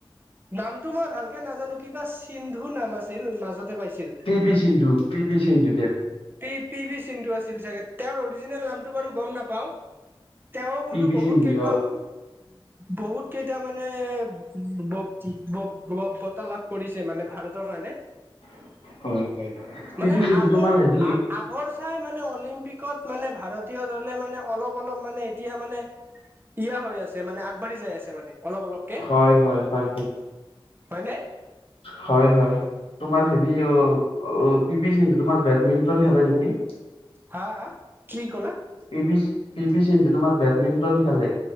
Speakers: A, on the right; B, on the left.
A: নামটো মই ভালকে নাজানো, কিবা সিন্ধু নাম আছিল, মাজতে পাইছিলো।
B: P B Sindhu, P B Sindhu দিয়া।
A: এই পি বি সিন্ধু আছিল চাগে! তেওঁৰ অৰিজিনেল নামটো বাৰু গম নাপ পাওঁ। তেওঁ
B: পি
A: কোনটো
B: ভি
A: বহুত
B: সিন্ধু
A: কেইখন
B: অ
A: বহুত কেইটা মানে, <unintelligible> বাৰ্তা লাভ কৰিছে, মানে ভাৰতৰ কাৰণে।
B: <inaudible> হয় পি
A: মানে
B: ভি সিন্ধু
A: আগৰ
B: তোমাৰ হেৰি
A: আগৰ চাই মানে অলিম্পিকত, মানে ভাৰতীয় দলে মানে, অলপ-অলপ মানে এতিয়া মানে <unintelligible> হৈ আছে, মানে আগবাঢ়ি যাই আছে মানে। অলপ অলপকে
B: হয়, হয়, হয়।
A: হয়নে!
B: হয়, হয়। তোমাৰ হেৰি অ অ, পি বি সিন্ধু তোমাৰ বেডমিণ্টন খেলে নেকি!
A: হা! হা! কি ক'লা?
B: P B, P B Sindhu তোমাৰ বেডমিণ্টন খেলে।